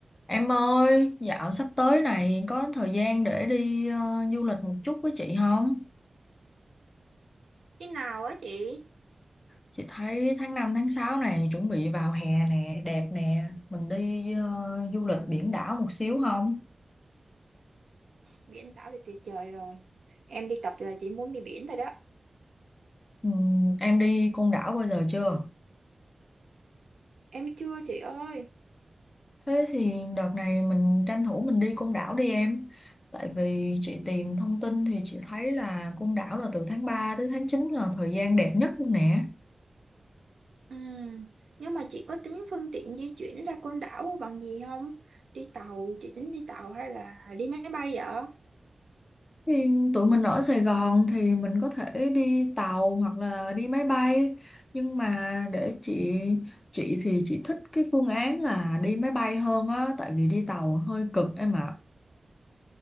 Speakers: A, on the left; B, on the right.
A: Em ơi, dạo sắp tới này có thời gian để đi ờ, du lịch một chút với chị không?
B: Khi nào á chị?
A: Chị thấy tháng 5 tháng 6 này chuẩn bị vào hè nè, đẹp nè. Mình đi ờ, du lịch biển đảo một xíu không?
B: Biển đảo thì tuyệt vời rồi. Em đi tập là chị muốn đi biển thôi đó.
A: Ừm, em đi Côn Đảo bao giờ chưa?
B: Em chưa chị ơi.
A: Thế thì đợt này mình tranh thủ mình đi Côn Đảo đi em. Tại vì chị tìm thông tin thì chị thấy là Côn Đảo là từ tháng 3 tới tháng 9 là thời gian đẹp nhất luôn nè.
B: Ừm, Nhưng mà chị có tính phương tiện di chuyển ra côn đảo bằng gì không? Đi tàu, chị tính đi tàu hay là đi máy bay vậy?
A: Thì tụi mình ở Sài Gòn thì mình có thể đi tàu hoặc là đi máy bay nhưng mà để chị chị thì chị thích cái phương án là đi máy bay hơn á tại vì đi tàu hơi cực em ạ